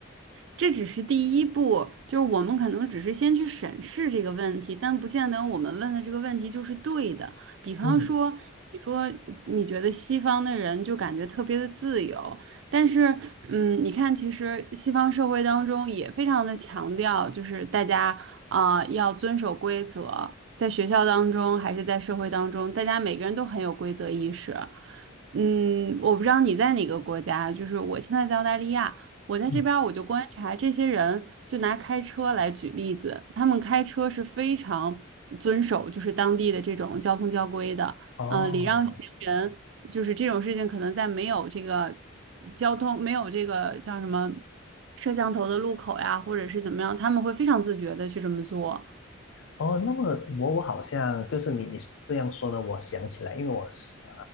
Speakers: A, on the right (about 65°); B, on the left (about 75°).
A: 这只是第一步，就是我们可能只是先去审视这个问题，但不见得我们问的这个问题就是对的。比方说，
B: 嗯
A: 你说你觉得西方的人就感觉特别的自由，但是，嗯，你看，其实西方社会当中也非常的强调，就是大家啊、呃要遵守规则，在学校当中还是在社会当中，大家每个人都很有规则意识。嗯，我不知道你在哪个国家，就是我现在在澳大利亚。我在这边儿我就观察这些人，
B: 嗯，
A: 就拿开车来举例子，他们开车是非常遵守就是当地的这种交通交规的，
B: 哦，
A: 嗯，礼让行人，就是这种事情可能在没有这个交通没有这个叫什么摄像头的路口呀，或者是怎么样，他们会非常自觉的去这么做。
B: 哦，那么我我好像就是你你这样说呢，我想起来，因为我是呃